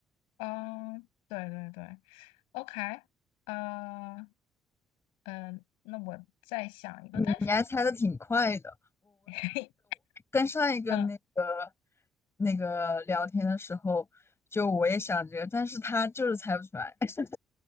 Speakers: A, on the left; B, on the left.
A: 嗯，对对对，OK，呃，嗯、那我再想一个，
B: 你你还猜的挺快的，
A: 但是，<laughs>
B: 跟上一个那个
A: 嗯
B: 那个聊天的时候，就我也想这个，但是他就是猜不出来。<laughs>